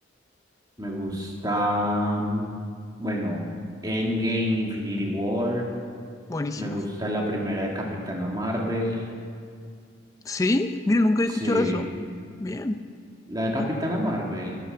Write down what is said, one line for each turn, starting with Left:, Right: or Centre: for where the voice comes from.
Right: Me gustan, bueno, Endgame, Infinity War.
Left: Buenísimas.
Right: Me gusta la primera de Capitana Marvel.
Left: Sí, mira, nunca he
Right: Sí,
Left: escuchado eso. Bien.
Right: la de
Left: ¿no?
Right: Capitana Marvel,